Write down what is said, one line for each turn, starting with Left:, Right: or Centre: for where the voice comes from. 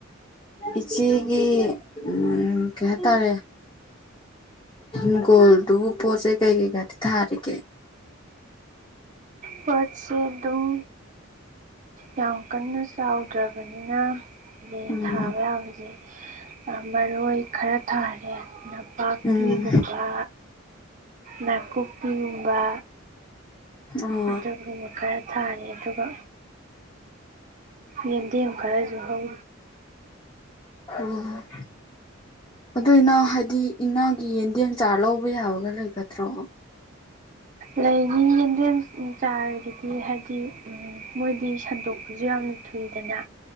Left: ꯏꯆꯦꯒꯤ ꯎ ꯀꯩ ꯍꯥꯏꯇꯥꯔꯦ ꯎ ꯒꯣꯜꯗꯨꯕꯨ ꯄꯣꯠꯁꯦ ꯀꯩ ꯀꯩꯀꯥꯗꯤ ꯊꯥꯔꯤꯒꯦ
Right: ꯄꯣꯠꯁ ꯑꯗꯨꯝ ꯌꯥꯝ ꯀꯟꯅ ꯆꯥꯎꯗ꯭ꯔꯕꯅꯤꯅ ꯍꯥꯏꯩ
Left: ꯎꯝ
Right: ꯊꯥꯕ ꯌꯥꯕꯁꯦ ꯃꯔꯣꯏ ꯈꯔ ꯊꯥꯔꯦ ꯅꯄꯥꯛꯄꯤꯒꯨꯝꯕ
Left: ꯎꯝ
Right: ꯅꯥ ꯀꯨꯞꯄꯤꯕꯥ
Left: ꯑꯣ
Right: ꯑꯗꯨꯒꯨꯝꯕ ꯈꯔ ꯊꯥꯔꯦ ꯑꯗꯨꯒ ꯌꯦꯟꯗꯦꯝ ꯈꯔꯁꯨ ꯍꯧ
Left: ꯑꯣꯣ ꯑꯗꯨꯅ ꯍꯥꯏꯗꯤ ꯏꯅꯥꯒꯤ ꯌꯦꯟꯗꯦꯝ ꯆꯥꯔ ꯂꯧꯕ ꯌꯥꯕꯒ ꯂꯩꯒꯗ꯭ꯔꯣ <inaudible>
Right: ꯂꯩꯅꯤ ꯌꯦꯟꯗꯦꯝ ꯆꯥꯔꯒꯗꯤ ꯍꯥꯏꯗꯤ ꯃꯣꯏꯗꯤ ꯁꯟꯗꯣꯛꯄꯁꯨ ꯌꯥꯝꯅ ꯃꯤꯗꯅ